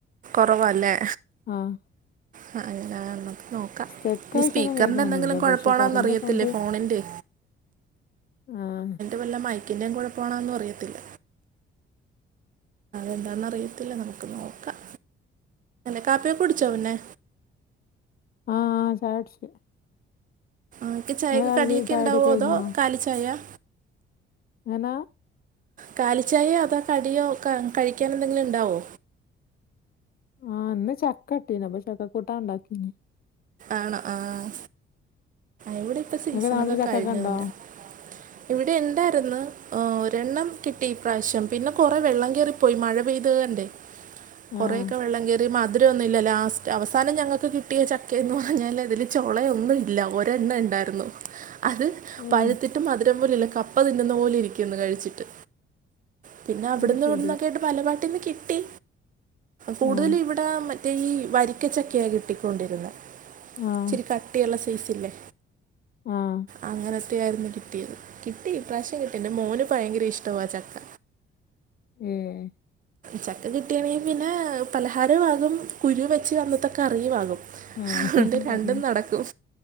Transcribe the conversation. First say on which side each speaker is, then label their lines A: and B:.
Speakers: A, on the right; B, on the left.
A: കുറവല്ലേ
B: ആഹ്
A: അ ആഹ് <unintelligible> നോക്കാം
B: സ്റ്റെക്ക്
A: ഇനി
B: ആയിട്ടൊന്നും
A: സ്പീക്കറിന്റെന്തെങ്കിലും
B: കേൾക്കണൊന്നില്ല
A: കൊഴപ്പമാണോന്ന്
B: പക്ഷെ പറയണ്ട
A: അറിയത്തില്ലേ
B: സൗണ്ട്
A: ഫോണിന്റെ
B: ആഹ
A: വല്ല മൈക്കിന്റെയും കൂടെ പോണം ന്നും അറിയത്തില്ല എന്താന്നറിയത്തില്ല നമുക്ക് നോക്കാം കാപ്പി കൂട്ച്ചോ പിന്നെ
B: ആഹ് ചായ്ച്ചു
A: ൻക്ക് ചായൊക്ക്
B: ചായ
A: കടിയൊക്കെ
B: ചായുടിയൊക്കെ
A: ഉണ്ടാവോ
B: കഴിഞ്ഞോ
A: അതോ കാലി ചായ?
B: എങ്ങനാ
A: കാലിച്ചായോ അത കടിയോ കഴിക്കാന എന്തെങ്കിലും ഉണ്ടാവോ?
B: ആഹ് ഇന്ന് ചക്ക കിട്ടീനി അപ്പ ചക്ക കൂട്ടാ ഇണ്ടാക്കിനി
A: ആണോ ആഹ് അവിടെ ഇപ്പ സീസണൊക്കെ
B: ഇങ്ങക്ക് നാട്ടില് ചക്കക്കെ
A: കഴിഞ്ഞതിന്റെ
B: ഇണ്ടോ
A: ഇവിടെ ഇണ്ടായിരുന്നു ഒരെണ്ണം കിട്ടി ഇപ്രാവിശ്യം പിന്നെ കൊറേ വെള്ളം കേറിപ്പോയി മഴ പെയ്തോണ്ടേ കൊറെക്കെ
B: ആഹ്
A: വെള്ളം കയറി മധുരന്നുല്ല ലാസ്റ്റ് അവസാനം ഞങ്ങൾക്ക് കിട്ടിയ ചക് കെ ഞ്ഞാല് അതില് ചോളയൊന്നും ഇല്ല ഒരെണ്ണ ഇണ്ടായിരുന്നു ഇത്
B: ഏഹ്
A: പഴുത്തിട്ടും മധുരം പോലുല്ല കപ്പ തിന്നുന്ന പോലെ ഇരിക്കന്ന് കഴിച്ചിട്ട് പിന്നെ അവിട്ന്ന്
B: അത് ശരി
A: ഇവിട്ന്നൊക്കെ ആട്ട് പലപാട്ടിന്ന് കിട്ടി കൂടുതലും
B: ആഹ്
A: ഇവിടെ മറ്റേ ഈ വരിക്കച്ചക്കയ കിട്ടിക്കൊണ്ടിരുന്നത്
B: ആഹ്
A: ഇച്ചിരി കട്ടിയുള്ള സൈസ്ല്ലേ
B: ആഹ്
A: അങ്ങനത്തെയ ആയിരുന്നു കിട്ടിയത് കിട്ടി ഇ പ്രാവശ്യം കിട്ടി എന്റെ മോന് ഭയങ്കര ഇഷ്ട ആ ചക്ക
B: ഏഹ്
A: ചക്ക കിട്ടിയണെങ്കിൽ പിന്നെ പലഹാര ആകും കുരു വെച്ച് അന്നത്തെ കറിയും ആകും
B: ആഹ്
A: അതൊണ്ട് രണ്ടും
B: അറിയ
A: നടക്കും